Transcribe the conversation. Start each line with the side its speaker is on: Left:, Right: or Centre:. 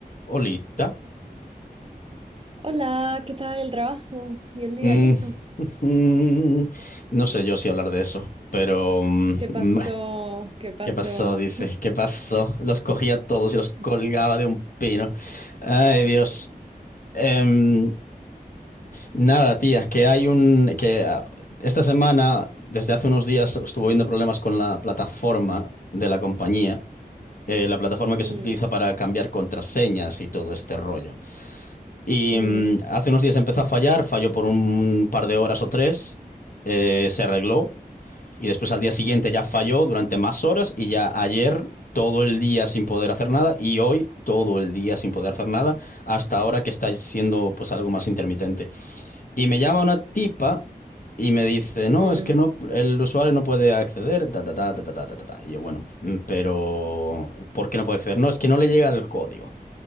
Left: Olita.
Right: Hola, ¿qué tal el trabajo y el día
Left: Mm,
Right: y eso?
Left: <laughs> no sé yo si hablar de eso, pero... mm,
Right: ¿Qué pasó?
Left: bah,
Right: ¿Qué pasó?
Left: ¿Qué pasó? Dice, ¿qué pasó? Los cogía a todos y los colgaba
Right: <laughs>
Left: de un pino. Ay, Dios. Em, nada, tía, que hay un... que ah, esta semana, desde hace unos días, estuvo habiendo problemas con la plataforma de la compañía, eh, la plataforma que
Right: Mm,
Left: se utiliza para cambiar contraseñas y todo este rollo. Y
Right: mm,
Left: mm, hace unos días empezó a fallar, falló por un par de horas o tres, eh, se arregló y después al día siguiente ya falló durante más horas y ya ayer todo el día sin poder hacer nada y hoy todo el día sin poder hacer nada hasta ahora que está siendo pues algo más intermitente. Y me llama una tipa y me dice, no,
Right: mm.
Left: es que no, el usuario no puede acceder, ta, ta, ta, ta, ta, ta, ta, ta". Y yo, bueno, mm, pero ¿por qué no puede acceder? No, es que no le llega el código.